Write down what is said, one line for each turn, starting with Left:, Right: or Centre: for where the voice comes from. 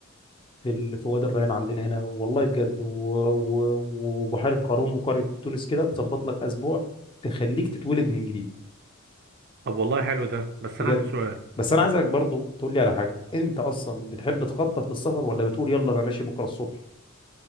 Left: في ال- في وادي الريان عندنا هنا والله بجد و- و- و- وبحيره قارون وقريه تونس كده بتظبط لك اسبوع تخليك تتولد من جديد
Right: طب والله حلو ده بس
Left: بجد
Right: انا عندي سؤال
Left: بس انا عايزك برضو تقول لي على حاجه انت اصلا بتحب تخطط للسفر ولا بتقول يلا انا ماشي بكره الصبح